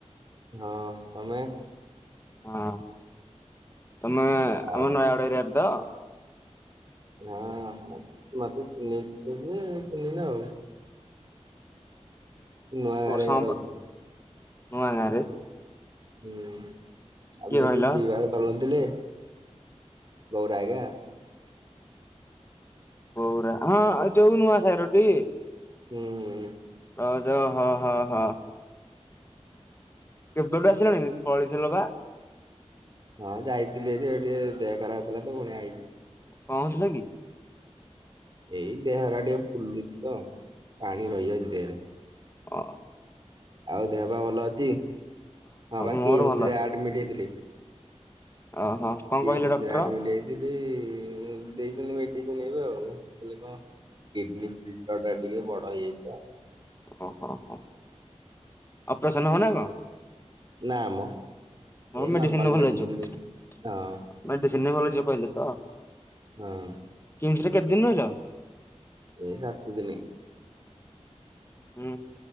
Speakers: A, on the right (about 40°); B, on the left (about 20°).
A: ହଁ ତମେ
B: ହଁ ତମେ
A: ଆଉ
B: ଆମ ନୟାଗଡ ଏରିଆର ତ।
A: ହଁ ମତେ ଚିହ୍ନିଛ ଯେ ଚିହ୍ନିଲ ଆଉ। ନୂଆଗାଁ
B: କୋଉ
A: ରେ
B: ସମ୍ପ
A: ଏକା ରହୁଚି।
B: ନୂଆ ଗାଁ ରେ
A: ହୁଁ ଆଉ ବସିକି
B: କହିଲ
A: ପିଇବାରେ କରୁନଥିଲେ। ଗଉରା ଏଗା
B: ଗୌରା ହଁ ଯଉ ନୁଆ ସାହିର ଟି
A: ହୁଁ ହୁଁ।
B: ର ଯ ହଁ ହଁ ହଁ। କେବେଠୁ ଆସିଲଣି ପଳେଇଥିଲ ବା
A: ହଁ ଯାଇଥିଲି ଏଠ ଗ ଟେ ଦେହ ଖରାପ ହେଲା ତ ପୁଣି ଆଇଲି।
B: କଣଥିଲ କି
A: ଏଇ ଦେହରା ଟିକେ ଫୁଲୁଛି ତ ପାଣି ରହିଯାଉଛି ଦେହରେ।
B: ଅ
A: ଆଉ ଦେହ ବା ଭଲ ଅଛି ହଁ ବା
B: ମୋର
A: କିମସ
B: ଭଲ
A: ରେ
B: ଅଛି
A: ଆଡମିଟ ହେଇଥିଲି।
B: ଓହୋ କଣ
A: କିମସ
B: କହିଲେ ଡକ୍ଟର
A: ରେ ଆଡମିଟ ହେଇଥିଲି ଦେଇଛନ୍ତି ମେଡିସିନ ଏବେ ଆଉ ହେଲେ କଣ କିଡନୀ ଫିଲ୍ଟର ଟା ଟିକେ ବଡ ହେଇଯାଇଛି ତ।
B: ଓହୋ ହୋ ଅପରସନ ହଉନା କ
A: ନା ମ।
B: ହଁ
A: ଏଇ ନର୍ମାଲ
B: ମେଡିସିନ ଭଲ ହେଇଯିବ
A: ଦେଇଛି। ହଁ
B: ମେଡିସିନ ଭଲ ହେଇଯିବ ତ କହିଲେ ତ।
A: ହଁ।
B: ରେ କେତେ ଦିନ ରହିଲ?
A: ଏ ସାତଦିନି।
B: ହଁ